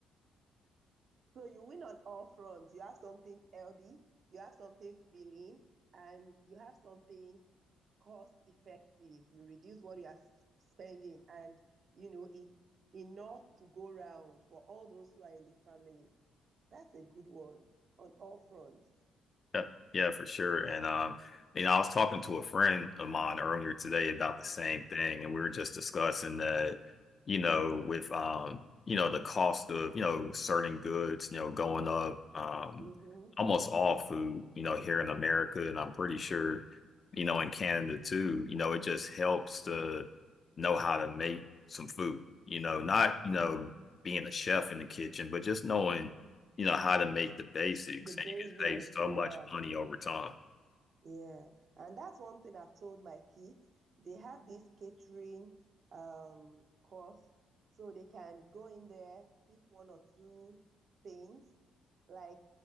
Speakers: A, on the right (about 55°); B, on the left (about 40°).
A: So you win on all fronts. You have something healthy, you have something filling, and you have something cost effective. You reduce what you are spending, and you know it's enough to go round for all those who are in the family. That's a good one on all fronts.
B: Yep. Yeah, for sure. And um, you know, I was talking to a friend of mine earlier today about the same thing, and we were just discussing that, you know, with um, you know, the cost of, you know, certain goods, you know, going up, um,
A: Mm-hmm.
B: almost all food, you know, here in America, and I'm pretty sure, you know, in Canada too, you know, it just helps to know how to make some food, you know, not, you know, being a chef in the kitchen, but just knowing you know how to make the basics
A: The basic,
B: and you can save so
A: yeah.
B: much money over time
A: Yeah, and that's one thing I've told my kids. They have this catering um course, so they can go in there, pick one or two things, like